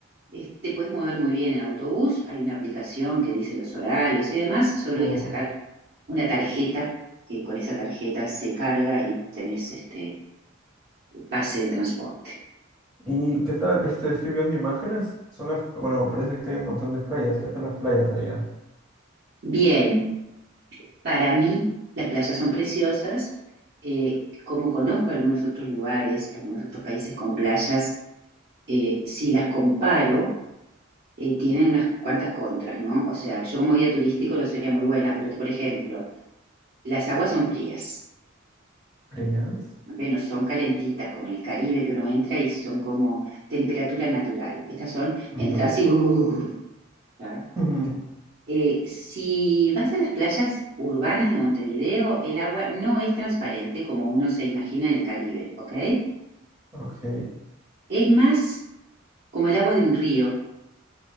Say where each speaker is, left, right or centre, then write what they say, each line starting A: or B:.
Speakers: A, on the right (about 55°); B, on the right (about 20°).
A: este, te puedes mover muy bien en autobús, hay una aplicación que dice los horarios y demás, solo
B: Oh.
A: hay que sacar una tarjeta, que con esa tarjeta se carga y tenés este un pase de transporte.
B: ¿Y qué tal? Este, estoy viendo imágenes. Son las, bueno, parece que hay un montón de playas. ¿Qué tal las playas allá?
A: Bien, para mí las playas son preciosas, eh, como conozco algunos otros lugares, algunos otros países con playas, eh, si las comparo, eh, tienen unas cuantas contras, ¿no? O sea, yo como guía turístico no sería muy buena, pero te- por ejemplo, las aguas son frías,
B: ¿Frías?
A: ¿ok? No son calentitas, como en el Caribe que uno entra y son como temperatura natural. Estas son,
B: Ujú.
A: entras y... ¡uh! <laughs> claro.
B: <laughs> Ujú.
A: Eh, si vas a las playas urbanas de Montevideo, el agua no es transparente como uno se imagina en el Caribe, ¿ok?
B: Ok.
A: Es más como el agua de un río.